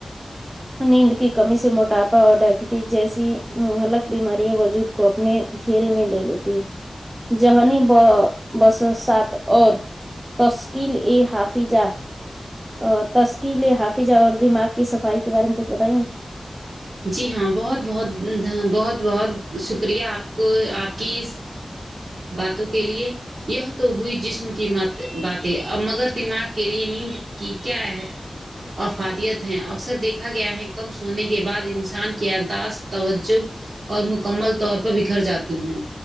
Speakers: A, on the right (about 60°); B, on the right (about 20°).
A: ہ
B: نیند کی کمی سے موٹاپا اور ڈائبٹیز جیسی مہلک بیماریاں وجود کو اپنے گھیرے میں لے لیتے جہنی ب بسو سات اور تشکل ا حافیزا اور تشکیل حافظہ اور دماغ کی صفائی کے بارے میں کچھ بتائیں گے
A: جی ہاں بہت بہت بہت بہت شکریہ آپ کو آپ کی باتوں کے لیے یہ تو ہوئی جسم کی باتیں ا مگر دماغ کے لیے نیند کی کیا ہے افادیت ہیں اکثر دیکھا گیا ہے کم سونے کے بعد انسان کی یاداشت توجہ اور مکمل طور پر بکھر جاتی ہیں